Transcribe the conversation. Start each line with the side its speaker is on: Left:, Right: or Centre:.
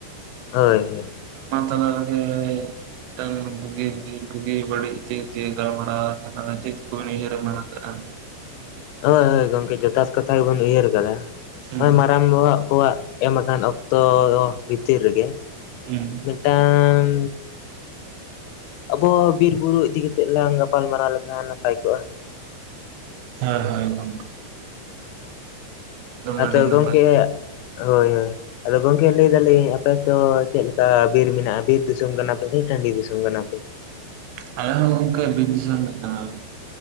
Left: ᱦᱳᱭ, ᱦᱳᱭ᱾
Right: ᱚᱱᱟ ᱛᱟᱞᱟ ᱨᱮᱜᱮ ᱴᱟᱝ ᱜᱩᱜᱤ ᱫᱤᱱ ᱵᱩᱜᱤ ᱵᱟᱹᱲᱤᱡ ᱛᱤ ᱛᱤᱱ ᱜᱟᱞᱢᱟᱨᱟᱣ ᱟᱠᱟᱱᱟ ᱡᱮ ᱪᱮᱫᱜ ᱠᱚᱵᱮᱱ ᱩᱭᱦᱟᱹᱨ ᱢᱟᱨᱟᱝ ᱟᱠᱟᱜ-ᱟ?
Left: ᱦᱳᱭ ᱦᱳᱭ ᱜᱚᱝᱠᱮ ᱡᱚᱛᱷᱟᱥ ᱠᱟᱛᱷᱟ ᱜᱮᱵᱮᱱ ᱩᱭᱦᱟᱹᱨ ᱠᱟᱫᱟ
Right: ᱦᱩᱸ
Left: ᱮᱢ ᱢᱟᱨᱟᱝ ᱵᱚᱦᱚᱜ ᱠᱚᱣᱟᱜᱼᱼ ᱮᱢ ᱟᱠᱟᱱ ᱚᱠᱛᱚ ᱵᱷᱤᱛᱤᱨ ᱨᱮᱜᱮᱼᱼ
Right: ᱦᱩᱸ
Left: ᱢᱤᱫᱴᱟᱝᱼᱼ ᱟᱵᱚ ᱵᱤᱨ ᱵᱩᱨᱩ ᱤᱫᱤ ᱠᱮᱛᱮᱜ ᱞᱟᱝ ᱜᱟᱯᱟᱞ ᱢᱟᱨᱟᱣ ᱞᱮᱠᱷᱟᱱ ᱱᱟᱯᱟᱭ ᱠᱚᱜ-ᱟ᱾
Right: ᱦᱮᱸ ᱦᱚᱭ ᱮᱠᱫᱚᱢ᱾
Left: ᱟᱫᱚ
Right: ᱟᱹᱰᱤ ᱱᱟᱯᱟᱭ
Left: ᱜᱚᱝᱠᱮ ᱦᱳᱭ ᱦᱳᱭᱼᱼ ᱟᱫᱚ ᱜᱚᱝᱠᱮ ᱞᱟᱹᱭ ᱫᱟᱞᱤᱧ ᱟᱯᱮ ᱛᱚ ᱪᱮᱜ ᱞᱮᱠᱟ ᱵᱤᱨ ᱢᱮᱱᱟᱜ-ᱟ ᱵᱤᱨ ᱫᱤᱥᱚᱢ ᱠᱟᱱᱟ ᱯᱮ ᱥᱮ ᱴᱟᱸᱰᱤ ᱫᱤᱥᱚᱢ ᱠᱟᱱᱟ ᱯᱮ?
Right: ᱟᱞᱮ ᱦᱚᱸ ᱜᱚᱝᱠᱮ ᱵᱤᱨ ᱫᱤᱥᱚᱢ ᱠᱟᱱᱟ ᱞᱮ᱾